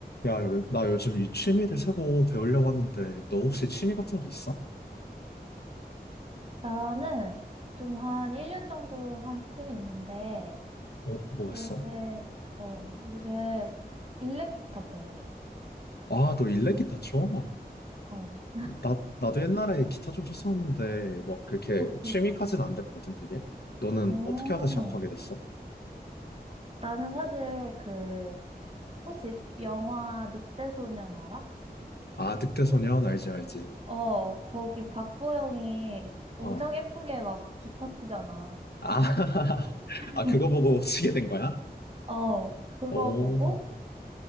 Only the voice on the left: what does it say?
야, 요- 나 요즘 이 취미를 새로 배우려고 하는데, 너 혹시 취미 같은 거 있어?
어, 뭐
했어?
아, 너 일렉 기타 쳐?
나, 나도 옛날에 기타 좀 쳤었는데, 막 그렇게
취미까지는 안 됐거든, 그게? 너는
어떻게 하다 시작하게 됐어?
아, 늑대소년, 알지, 알지.
어.
아, <laughs>
아, 그거 보고 <laughs> 치게 된 거야?
오,